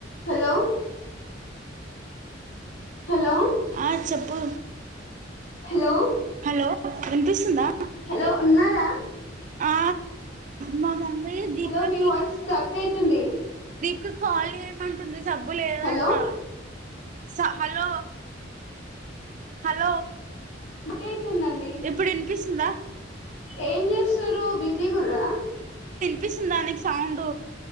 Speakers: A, on the left (about 80°); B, on the right (about 40°).
A: హలో హలో
B: ఆ చెప్పు
A: హలో
B: హలో ఎంతస్తుందా
A: హలో ఉన్నారా
B: ఆ మా మమ్మీ దీపికకి
A: హలో మీ వాయిస్ టక్ అయితుంది
B: ఒక కాల మంట జబ్బు లేదంటా
A: హలో
B: స హలో హలో
A: కట్ అయితుందండి
B: ఇప్పుడు వినిపిస్తుంద
A: ఏం చేస్తారు బిజ శ్రీ గు్రా
B: చపిసింది దానికి సౌండ్